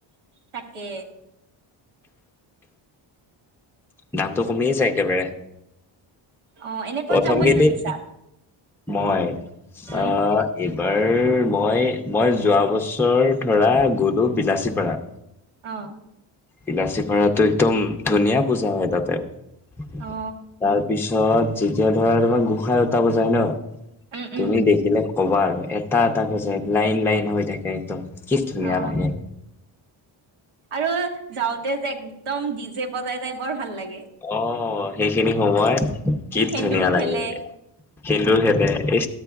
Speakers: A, on the right (about 80°); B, in the centre.
A: তাকে।
B: দামটো কমিয়ে যায় একেবাৰে।
A: অ' এনে ক'ত
B: প্ৰথম
A: যাম বুলি
B: কেইদিন
A: ভাবিছা?
B: মই?
A: উম
B: অ, এই বাৰ মই-মই যোৱা বছৰ ধৰা গ'লো বিলাচীপাৰা।
A: অ',
B: বিলাচিপাৰাটো একদম ধুনীয়া পূজ পুজা হয় তাতে। তাৰপিছত
A: অ
B: যেতিয়া ধৰা তোমাৰ গোঁসাই অতাব যায় ন'?
A: উম উম
B: তুমি দেখিলে ক'বা আৰু এটা-এটা <unintelligible> যে লাইন-লাইন হৈ থাকে ত' কি ধুনীয়া
A: অ
B: লাগে।
A: আৰু যাওঁতে যে একদম ডিজে বজাই যাই বৰ ভাল লাগ
B: অ', সেইখিনি সময় কিহ
A: সেন্দুৰো
B: ধুনীয়া লাগে,
A: খেলে
B: সিন্দুৰ খেলে এ